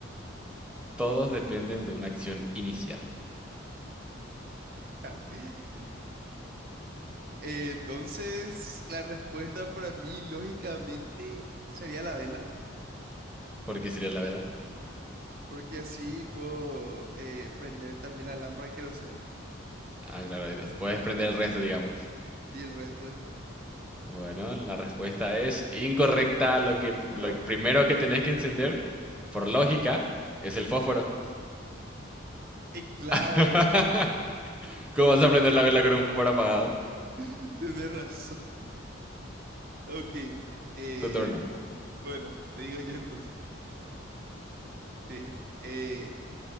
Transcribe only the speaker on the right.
<laughs> Eh, Entonces, la respuesta para mí, lógicamente, sería la vela,
porque así puedo eh, prender también la lámpara de queroseno.
Y el resto después.
No,
eh, claro,
<laughs> tenés razón. Ok, eh,
bueno, te digo yo entonces. Te digo, eh,